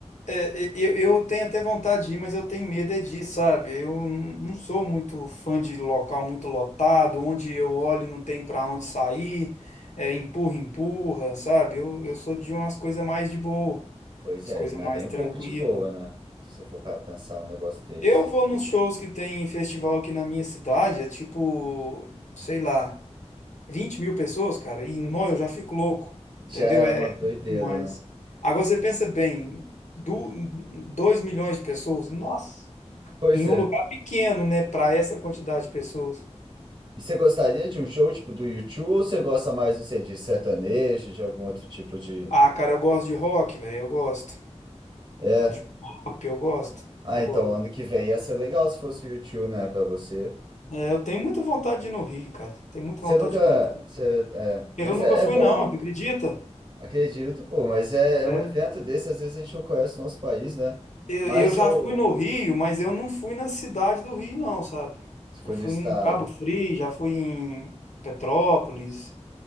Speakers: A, on the left; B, on the right.
A: É, e- eu, eu tenho até vontade de ir, mas eu tenho medo é disso, sabe? Eu n- não sou muito fã de local muito lotado, onde eu olho e não tem para onde sair, é, empurra, empurra, sabe? Eu, eu sou de umas coisas mais de boa,
B: Pois
A: as
B: é,
A: coisas
B: e não
A: mais
B: é nem
A: tranquilas.
B: um pouco de boa, né? Se você for para pensar um negócio desse.
A: Eu vou nos shows que tem em festival aqui na minha cidade, é tipo, sei lá, 20 mil pessoas, cara, e nó, eu já fico louco,
B: Já
A: entendeu?
B: é
A: É
B: uma doideira,
A: demais.
B: né?
A: Agora você pensa bem, do, 2 milhões de pessoas, nossa.
B: Pois
A: Em
B: é.
A: um lugar pequeno, né, Pra essa quantidade de pessoas.
B: E você gostaria de um show tipo do YouTube ou você gosta mais, não sei, de sertanejo, de algum outro tipo de.
A: Ah, cara, eu gosto de rock, velho, eu gosto.
B: É.
A: De pop, eu gosto,
B: Ah,
A: eu
B: então,
A: gosto.
B: ano que vem ia ser legal se fosse o U2, né, pra você.
A: É, eu tenho muita vontade de ir no Rio, cara. Tenho muita
B: Você
A: vontade
B: nunca.
A: de conhecer.
B: Você, é,
A: Eu
B: mas
A: nunca
B: é,
A: fui,
B: é bom,
A: não, tu acredita?
B: acredito, pô. Mas é, é
A: É,
B: um evento desse, às vezes a gente não conhece o nosso país, né?
A: eu,
B: Mas
A: eu já
B: o.
A: fui no Rio, mas eu não fui na cidade do Rio, não, sabe?
B: Se for
A: Eu fui
B: do estado.
A: em Cabo Frio, já fui em Petrópolis,